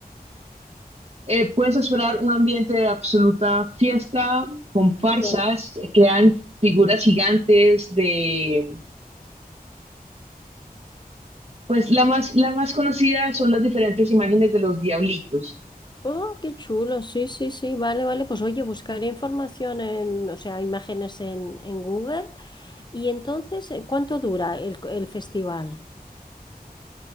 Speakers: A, on the right; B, on the left.
A: eh, puedes esperar un ambiente de absoluta fiesta, comparsas,
B: No.
A: eh, crean figuras gigantes de, pues la más, la más conocida son las diferentes imágenes de los diablitos.
B: Oh, qué chulo, sí, sí, sí, vale, vale. Pues oye, buscaré información en, o sea, imágenes en, en Google. Y entonces, eh, ¿cuánto dura el, el festival?